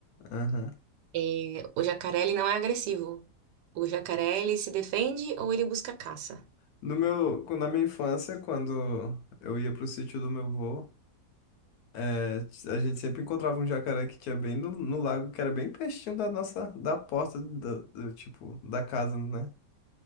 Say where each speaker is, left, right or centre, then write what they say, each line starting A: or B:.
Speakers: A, on the left; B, on the right.
A: Aham.
B: É, O jacaré, ele não é agressivo. O jacaré, ele se defende ou ele busca caça.
A: No meu, quando- na minha infância, quando eu ia pro sítio do meu avô, é, a gente sempre encontrava um jacaré que tinha bem no, no lago, que era bem pertinho da nossa, da porta, da, do, tipo, da casa, né?